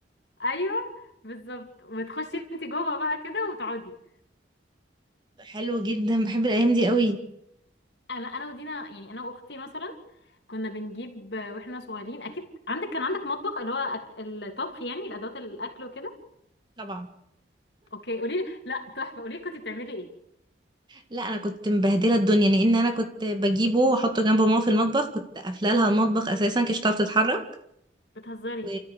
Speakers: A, on the left (about 70°); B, on the right (about 25°).
A: ايوه بالظبط وتخشي انتي جوه بقى كده وتقعدي
B: حلو جدا بحب الأيام دي قوي
A: انا انا ودينا يعني انا واختي مثلا كنا بنجيب آه، واحنا صغيرين اكيد عندك كان عندك مطبخ اللي هو أك- الطبخ يعني الادوات الاكل وكده
B: طبعا
A: اوكي قولي لي لا تحفة قولي لي كنتي بتعملي ايه
B: لا انا كنت مبهدله الدنيا لان انا كنت بجيبه واحطه جنب ماما في المطبخ كنت قافله لها المطبخ اساسا كنتش تعرف تتحرك
A: بتهزري
B: و